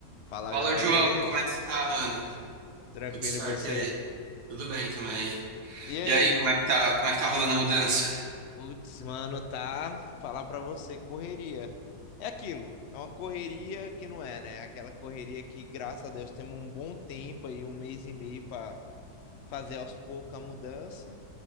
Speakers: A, on the left; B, on the right.
A: Fala,
B: Fala,
A: Gá,
B: João,
A: beleza?
B: como é que você tá, mano?
A: Tranquilo
B: Tudo certo,
A: e você?
B: e aí? Tudo bem também.
A: E aí?
B: E aí, como é que tá, como é que tá rolando a mudança?
A: Putz, mano, tá? Falar pra você, correria. É aquilo, é uma correria que não é, né? Aquela correria que, graças a Deus, temos um bom tempo aí, um mês e meio pra fazer aos poucos a mudança.